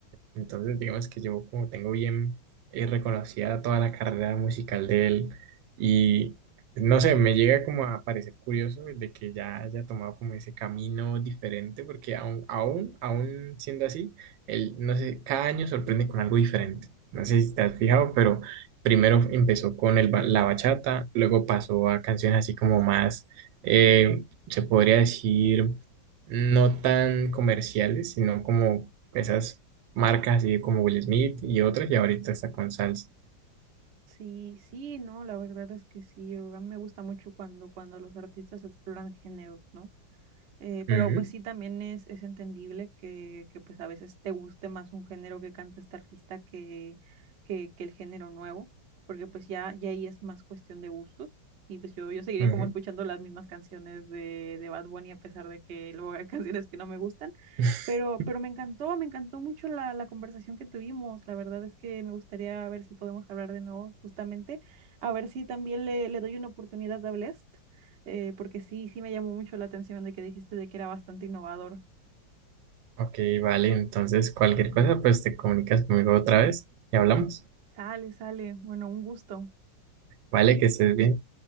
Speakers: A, on the right (about 80°); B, on the right (about 55°).
A: Entonces, digamos que yo como tengo bien eh, reconocida toda la carrera musical de él y no sé, me llega como a parecer curioso de que ya haya tomado como ese camino diferente, porque aún, aún, aún siendo así, él, no sé, cada año sorprende con algo diferente. No sé si te has fijado, pero primero empezó con el, ba- la bachata, luego pasó a canciones así como más, eh, se podría decir no tan comerciales, sino como esas marcas así como Will Smith y otras, y ahorita está con salsa.
B: Sí, sí, no, la verdad es que sí, yo, a mí me gusta mucho cuando, cuando los artistas exploran géneros, ¿no? Eh, pero
A: Ujú,
B: pues sí, también es, es entendible que, que pues a veces te guste más un género que canta este artista que, que, que el género nuevo, porque pues ya, ya ahí es más cuestión de gustos. Y pues yo, yo seguiría
A: ujú.
B: como escuchando las mismas canciones de, de Bad Bunny a pesar de que luego hay <laughs> canciones que no me gustan
A: <laughs>
B: pero, pero me encantó, me encantó mucho la, la conversación que tuvimos. La verdad es que me gustaría ver si podemos hablar de nuevo, justamente, a ver si también le, le doy una oportunidad a Blest, eh, porque sí, sí me llamó mucho la atención de que dijiste de que era bastante innovador.
A: Ok, vale, entonces cualquier cosa, pues te comunicas conmigo otra vez y hablamos.
B: Sale, sale. Bueno, un gusto.
A: Vale, que estés bien.